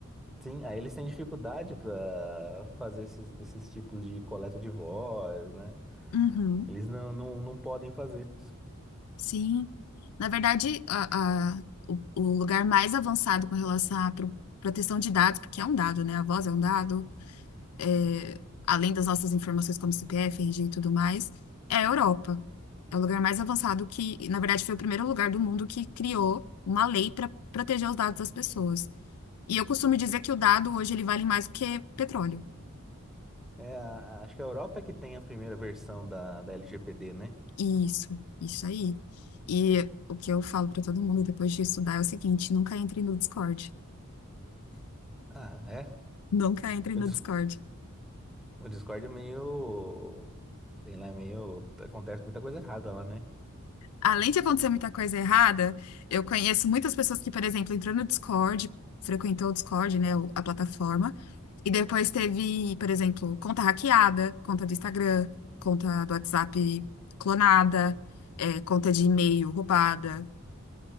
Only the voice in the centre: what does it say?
sim, aí eles têm dificuldade para fazer esses, esses tipos de coleta de voz, né?
Eles não, não, não podem fazer.
É, a- acho que a Europa é que tem a primeira versão da, da LGPD, né?
Ah, é.
O,
Dis-
o Discord é meio. Sei lá, é meio. Acontece muita coisa errada lá, né?
Eu-